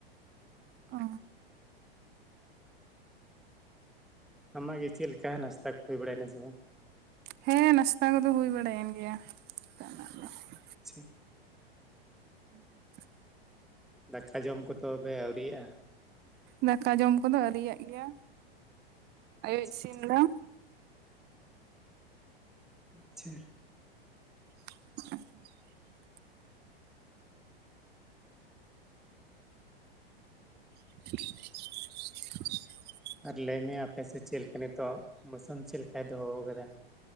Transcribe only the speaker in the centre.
ᱟᱢᱟᱜ ᱜᱮ ᱪᱮᱫ ᱞᱮᱠᱟ ᱱᱟᱥᱛᱟ ᱠᱚ ᱦᱩᱭ ᱵᱟᱲᱟᱭᱱᱟ ᱥᱮ ᱵᱟᱝ?
ᱟᱪᱪᱷᱟ
ᱫᱟᱠᱟ ᱡᱚᱢ ᱠᱚᱫᱚ ᱟᱹᱣᱨᱤᱭᱟᱜᱼᱟ
ᱟᱪᱪᱷᱟ
ᱟᱪᱪᱷᱟ
ᱟᱨ ᱞᱟᱹᱭᱢᱮ ᱟᱯᱮᱥᱮᱫ ᱪᱮᱫ ᱞᱮᱠᱟ ᱱᱤᱛᱳᱜ ᱢᱳᱥᱩᱢ ᱪᱮᱫ ᱞᱮᱠᱟᱭ ᱫᱚᱦᱚ ᱟᱠᱟᱫᱟ?